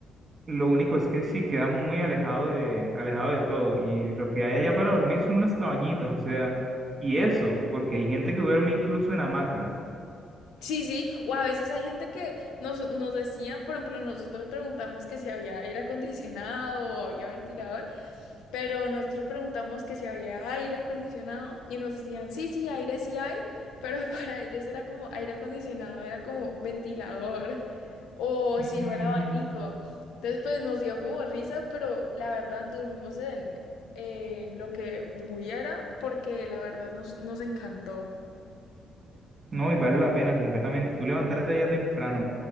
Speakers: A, on the right; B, on the left.
A: lo único es que sí queda muy alejado de alejado de todo y lo que hay allá para dormir son unas cabañitas, o sea, y eso, porque hay gente que duerme incluso en hamaca.
B: Sí, sí, o a veces hay gente que nos, nos decían, por ejemplo, nosotros preguntamos que si había aire acondicionado o había ventilador, pero nosotros preguntamos que si había aire acondicionado y nos decían, sí, sí, aire sí hay, pero <laughs> para ellos era como aire acondicionado, era como ventilador o
A: Mm,
B: si no era abanico. Entonces, pues nos dio como risa, pero la verdad dormimos en, en lo que hubiera porque la verdad nos, nos encantó.
A: No, y vale la pena completamente. Tú levantarte allá temprano